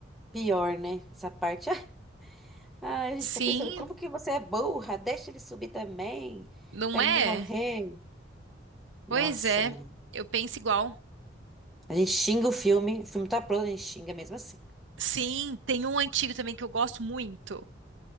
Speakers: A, in the centre; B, on the right.
A: pior, né? Essa parte. <laughs> Ai, a gente
B: Sim,
A: fica pensando, como que você é burra? Deixa ele subir também,
B: não
A: pra ele
B: é?
A: não morrer.
B: Pois
A: Nossa,
B: é,
A: menina.
B: eu penso igual.
A: A gente xinga o filme, o filme tá pronto, a gente xinga mesmo assim.
B: Sim, tem um antigo também que eu gosto muito.